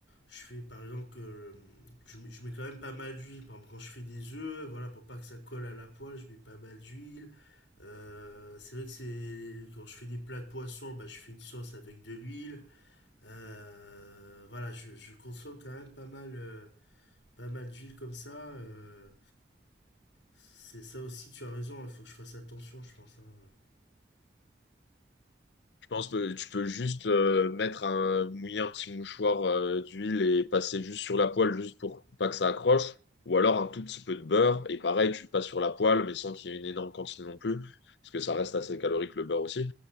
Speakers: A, on the left; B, on the left.
A: je fais par exemple que je, mets- je mets quand même pas mal d'huile. Par exemple, quand je fais des œufs, voilà, pour pas que ça colle à la poêle, je mets pas mal d'huile. Euh, c'est vrai que c'est quand je fais des plats de poisson, bah, je fais une sauce avec de l'huile. Euh, voilà, je, je consomme quand même pas mal, euh, pas mal d'huile comme ça. euh. c'est ça aussi, tu as raison. Il faut que je fasse attention, je pense. hein.
B: Je pense que tu peux juste euh, mettre un, mouiller un petit mouchoir euh, d'huile et passer juste sur la poêle juste pour pas que ça accroche. Ou alors un tout petit peu de beurre. Et pareil, tu le passes sur la poêle, mais sans qu'il y ait une énorme quantité non plus, parce que ça reste assez calorique le beurre aussi.